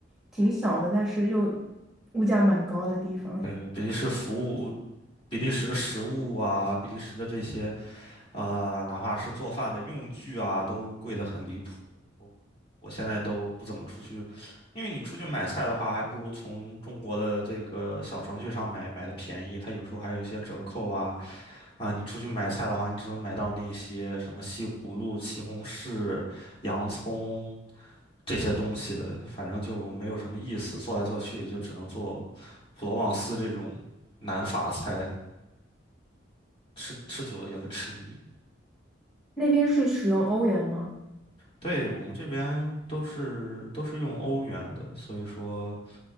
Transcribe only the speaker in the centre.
挺小的，但是又物价蛮高的地方。
那边是使用欧元吗？